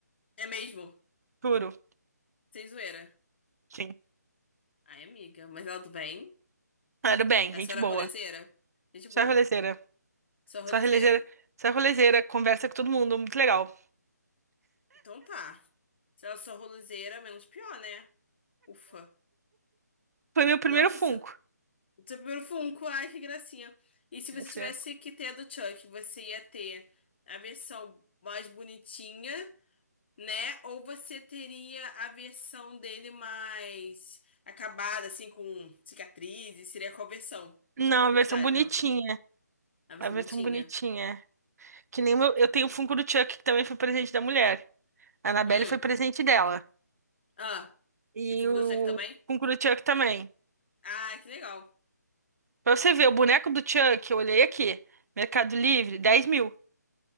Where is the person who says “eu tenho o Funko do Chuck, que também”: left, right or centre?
Right